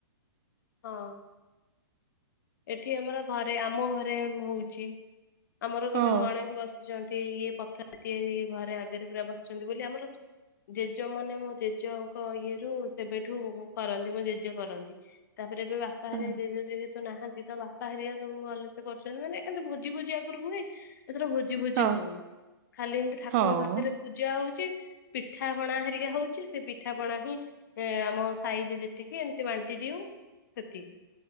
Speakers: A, on the left; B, on the right.
A: ହଁ। ଏଠି ଆମର ଘରେ ଆମ ଘରେ ହଉଚି ଆମର
B: ହଁ
A: ଗୋଟେ ଗଣେଶ ବ ବସିଛନ୍ତି ଇଏ ପଥର ତିଆରି ଘରେ ଆଗରେ ପୁରା ବସିଛନ୍ତି ବୋଲି ଆମର ଜେଜେ ମାନେ ମୋ ଜେଜେଙ୍କ ଇଏରୁୁ ସେବେଠୁ କରନ୍ତି ମୋ ଜେଜେ କରନ୍ତି। ତାପରେ ଏବେ ବାପା
B: ହଁ
A: ହେରିକା ଜେଜେ ଯେହେ ନାହାଁନ୍ତି ତ ବାପା ହେରିକା ସବୁ ଭଲସେ କରୁଛନ୍ତି ମାନେ ଏମିତି ଭୋଜି ଫୋଜି ଆଗରୁ ହୁଏ ଏଥର ଭୋ ଭୋଜି ଫୋଜି
B: ହଁ
A: ହଉନି ଖାଲି ଏମିତି ଠାକୁରଙ୍କ
B: ହଁ।
A: ପାଖରେ ପୂଜା ହଉଚି। ପିଠା ପଣା ହେରିକା ହଉଚି ସେ ପିଠା ପଣା ହିଁ ଏ ଆମ ସାହିରେ ଯେତିକି ଏମିତି ବାଣ୍ଟି ଦିଉ ସେତିକି।